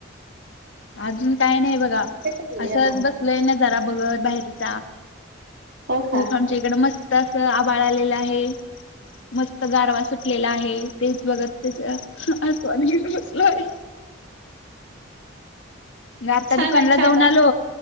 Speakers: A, on the left; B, on the right.
A: अजून काय नाही बघा
B: चाललंय
A: असंच
B: आता
A: बसलय ना जरा बघत बाहेरचा
B: हो का
A: खूप आमच्या इकडं मस्त असं आबाळ आलेलं आहे मस्त गारवा सुटलेला आहे तेच बघत त्या अस बसलो आहे मग आता
B: छान
A: दुकानला
B: आहे छान
A: जाऊन
B: आहे
A: आलो